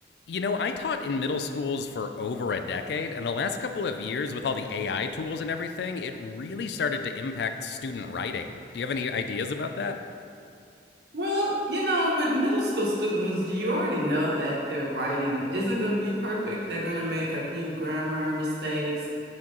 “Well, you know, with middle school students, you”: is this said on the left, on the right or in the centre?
Right